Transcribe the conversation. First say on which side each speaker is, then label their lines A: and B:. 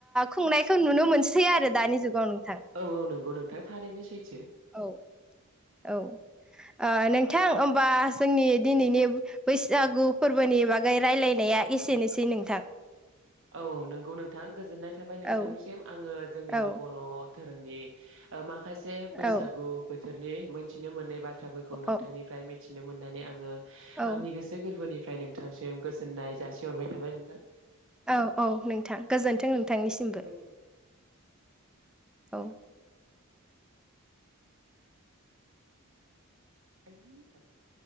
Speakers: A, in the centre; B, on the right.
A: खुंनायखौ नुनो मोनसै आरो दानि जुगाव नोंथां
B: औ -औ नंगौ नोंथां थारैनो सैथो।
A: औ औ। ओ नोंथां होमबा जोंनि दिनैनि बैसागु फोरबोनि बागै रायलायनाया एसेनोसै नोंथां।
B: औ- औ नंगौ नोंथां गोजोननाय थाबाय नोंथांनिसिम
A: औ
B: आङो जोंनिनो
A: औ
B: बर' घोरोमनि माखासे बैसागु
A: औ
B: बोथोरनि मोनथि मोननाय बाथ्राफोरखौ नोंथांनिफ्राय
A: औ
B: मिथिनो मोननानै आङो
A: औ
B: आंनि गोसो गोरबोनि -फ्राय नोंथांसिम गोजोननाय जासि हरबाय थाबाय नोंथां।
A: औ औ नोंथां गोजोन्थों नों थांनिसिमबो
B: गोजोनथों
A: औ।
B: थायनै थागोन